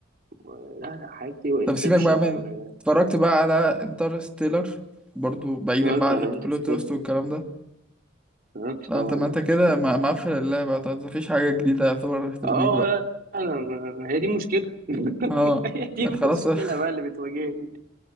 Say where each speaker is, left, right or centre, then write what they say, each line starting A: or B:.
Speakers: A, on the right; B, in the centre.
A: لا لا حاجات كتير وانسبشن
B: طب سيبك بقى من
A: و...
B: اتفرجت بقى على انترستيلر برضو بعيدا
A: اتفرجت
B: بقى عن
A: على
B: حته
A: انترستيلر
B: بلوت توست والكلام ده
A: اتفرجت
B: لا
A: طبعا
B: انت ما
A: على
B: انت
A: انترستيلر
B: كده ما- مقفل
A: اه
B: اللعبه بقى طب مفيش حاجه جديده يعتبر ترضيك
A: اه
B: بقى
A: لا انا ما... هي دي المشكله <laughs>
B: اه
A: هي دي المشكله
B: انت خلاص <laughs>
A: بقى اللي بتواجهني